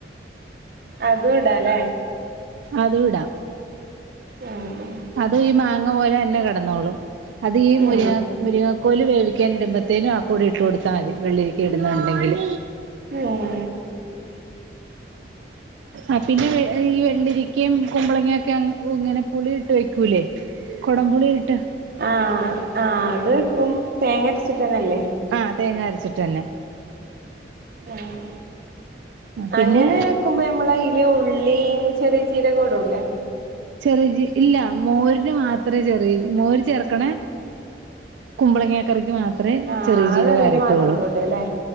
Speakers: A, on the right; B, on the right.
A: അതും ഇടാലേ?
B: അതൂടാം
A: ആഹ് ആഹ്
B: അതും ഈ മാങ്ങ പോലെ തന്നെ കിടന്നോളും അത് ഈ
A: ആ
B: മുരിങ്ങ മുരിങ്ങ കോല് വേവിക്കാൻ ഇടുമ്പത്തേനും ആ കൂടെ ഇട്ടു കൊടുത്താ മതി വെള്ളിരിക്ക ഇടുന്നുണ്ടെങ്കില്.
A: ഏഹ്
B: ആ പിന്നെ ഈ വെള്ളിരിയ്ക്കയും കുമ്പളങ്ങയൊക്കെ അങ്ങ് ഇങ്ങനെ പുളി ഇട്ട് വെയ്ക്കൂലേ? കൊടമ്പുളി ഇട്ട്.
A: ആ ആ അത് വെക്കും തേങ്ങര്ച്ചിട്ടന്നെ അല്ലേ?
B: ആ തേങ്ങ അര്ച്ച്ട്ട് തന്നെ.
A: ആഹ്
B: പിന്നെ
A: അങ്ങനെ വെക്കുമ്പ നമ്മളെയീ ഈ ഉള്ളീം ചെറിയ ജീരകോം ടൂലേ?
B: ചെറിയ ജി ഇല്ല മോരിന് മാത്രേ ചെറിയജി മോര് ചേർക്കണേ കുമ്പളങ്ങാ കറിക്ക് മാത്രേ
A: ആ
B: ചെറിയ
A: ആ
B: ജീരകം
A: കറിയില്
B: അരക്കുകൊള്ളൂ
A: മാത്രേ ഉള്ളൂ ഇടല്ലേ